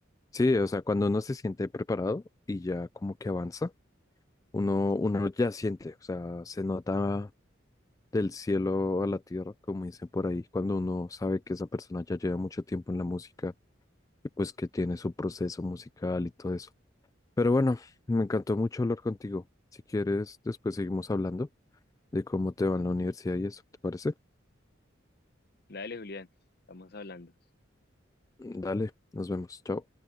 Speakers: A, on the left (about 15°); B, on the left (about 50°).
A: Sí, o sea, cuando uno se siente preparado y ya como que avanza. Uno, uno ya siente, o sea, se nota del cielo a la tierra, como dicen por ahí, cuando uno sabe que esa persona ya lleva mucho tiempo en la música y pues que tiene su proceso musical y todo eso. Pero bueno, me encantó mucho hablar contigo. Si quieres, después seguimos hablando de cómo te va en la universidad y eso, ¿te parece?
B: Dale, Julián, estamos hablando.
A: Dale, nos vemos. Chao.